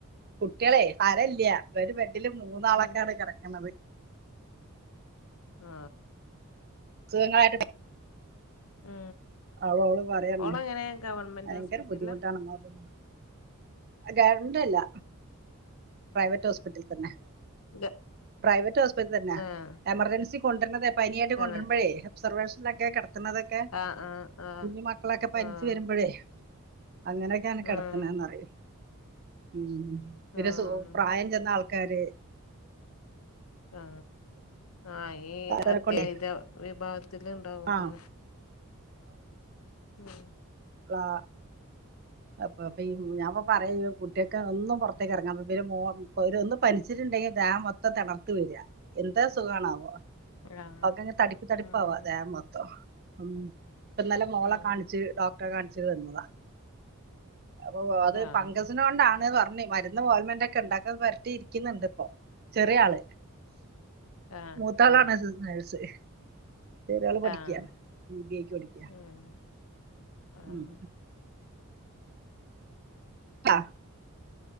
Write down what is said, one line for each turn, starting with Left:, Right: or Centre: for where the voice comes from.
Right: കുട്ടികളെ സാരില്യ വീട്ടില് മൂന്നാളൊക്കെയാണ്
Left: ഉം
Right: കിടക്കണത്
Left: ആ
Right: സുഖങ്ങളായിട്ട്
Left: ഉം
Right: അവ, അവള് പറയാണ്
Left: ഓളെങ്ങനെ ഗവൺമെന്റ്
Right: ഭയങ്കര
Left: ഹോസ്പിറ്റലിലാ
Right: ബുദ്ധിമുട്ടാണെന്ന് അവക്ക് കരണ്ടല്ല പ്രൈവറ്റാേസ്പിറ്റൽ തന്നെ
Left: ഗ
Right: പ്രൈവറ്റ് ഹോസ്പിറ്റൽ തന്ന
Left: ആഹ്
Right: എമജൻ ച്ചി കൊണ്ടര്ണതെ പനിയായിട്ട്
Left: തന്നെ
Right: കൊണ്ടരുമ്പഴേ ഒബ്സർവേഷനാെക്കെ കെടത്ത്ണതൊക്കെ
Left: ആഹ് ആഹ് ആഹ്
Right: കുഞ്ഞ് മക്കളൊക്കെ പൻച്ച്
Left: ആഹ്
Right: വര്മ്പഴേ അങ്ങനെയൊക്കെയാണ് കിടത്തണന്ന്റിയ
Left: ആഹ്
Right: ഉം പിന്നെ
Left: ആഹ്
Right: സു പ്രായം ചെന്നാൾ കാര്
Left: ആ ആ ഈ
Right: അവരെ
Left: അത്യാഹിത
Right: കൊണ്ടേ
Left: വിഭാ ത്തികണ്ടാവല്ലേ
Right: ആ
Left: ഉം
Right: ളാ അപ്പൊപ്പി ഈ ഞൻപ്പൊ പറയെയ്ന് കുട്ട്യെക്കെന്നും പൊറത്തേക്കെറങ്ങാൻ ഇവര് മോ ഒര് ഒന്ന് പനിച്ചിട്ട്ണ്ടെങ്കി ദേഹം മൊത്തം തെണർത്ത് വെര എന്ത് അസുഖാണാവോ
Left: ആഹ്
Right: ഒക്കെങ്ങെനെ തടിപ്പ് തടിപ്പാവാ
Left: ആഹ്
Right: ദേഹംമൊത്തം ഉം ഇപ്പന്നലെ മോളെ
Left: ഉം
Right: കാണിച്ച് ഡോക്ടറെ കാണിച്ചിട്ട് വന്നതാ അപ്പൊ അത്
Left: ആഹ്
Right: ഫംഗസിനോണ്ടാണ് പർ ന്ന് മര്ന്നും ഓൽമെന്റെക്കെണ്ട് അക്കൊ പൊരട്ടി ഇരിക്കിന്ന്ണ്ട്പ്പൊ ചെറ്യേ ആള്
Left: ആഹ്
Right: മൂത്താളാണ്
Left: ആഹ്
Right: ത് നെഴ്സ് ചെറ്യാള് പഠിക്ക
Left: ആഹ്
Right: ബിബിഐക്ക് പഠിക്ക
Left: ഉം ആഹ്
Right: ഉം അ